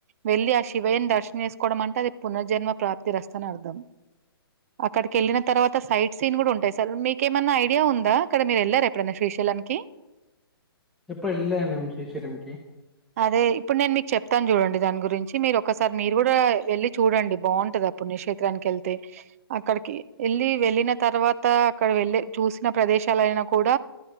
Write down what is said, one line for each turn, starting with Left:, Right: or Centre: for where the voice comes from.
Right: వెళ్ళి ఆ శివయ్యని దర్శనం చేసుకోవడం అంటే అది పునర్జన్మ ప్రాప్తిరస్తా అని అర్థం అక్కడికి వెళ్ళిన తర్వాత సైట్ సీన్ కూడా ఉంటాయి సార్ మీకేమన్నా ఐడియా ఉంద అక్కడ మీరు వెళ్లారు ఎప్పుడైనా శ్రీశైలానికి
Centre: ఎప్పుడు ఎళ్ళలేదండి మేము శ్రీశైలంకి.
Right: అదే ఇప్పుడు నేను మీకు చెప్తాను చూడండి దాని గురించి మీరు ఒకసారి మీరు కూడా వెళ్ళి చూడండి బాగుంటది ఆ పుణ్యక్షేత్రానికి వెళ్తే అక్కడికి వెళ్ళి వెళ్ళిన తర్వాత అక్కడ వెళ్ళ చూసిన ప్రదేశాలయినా కూడ